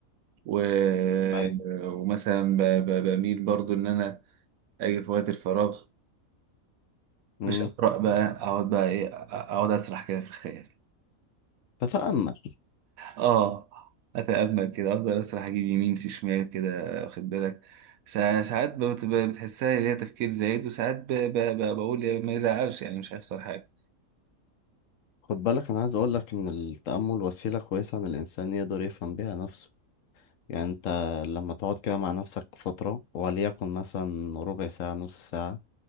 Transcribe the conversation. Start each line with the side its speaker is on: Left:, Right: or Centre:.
Right: و...
Left: ايوه
Right: ومثلا ب... ب... بميل برضه إن أنا أجي في وقت الفراغ
Left: امم
Right: مش اقرا بقى اقعد بقى ايه اقعد اسرح كده في الخيال
Left: تتأمل
Right: اه اتامل كده افضل اسرح اجيب يمين في شمال كده واخد بالك سا- ساعات بت- بتحسها اللي هي تفكير زايد وساعات ب- ب- ب- بقول يا ما يزعلش يعني مش هيحصل حاجه
Left: خد بالك انا عايز اقول لك ان التأمل وسيلة كويسة ان الانسان يقدر يفهم بيها نفسه يعني انت لما تقعد كده مع نفسك فترة وليكن مثلا ربع ساعة نص ساعة